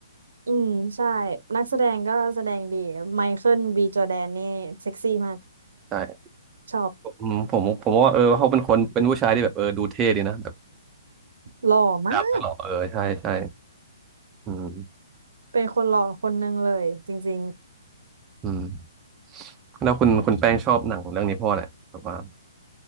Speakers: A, on the right; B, on the right.
A: อืมใช่นักแสดงก็แสดงดีไมเคิลบีจอร์แดนนี่เซ็กซี่มาก
B: ใช่
A: ชอบ
B: ผมผมผมว่าเออเขาเป็นคนเป็นผู้ชายที่แบบเออดูเท่ดีนะแบบ
A: หล่อมาก
B: ดับไม่หล่อเออใช่ใช่อืม
A: เป็นคนหล่อคนหนึ่งเลยจริง
B: อืมแล้วคุณคุณแป้งชอบหนังเรื่องนี้เพราะอะไรแบบว่า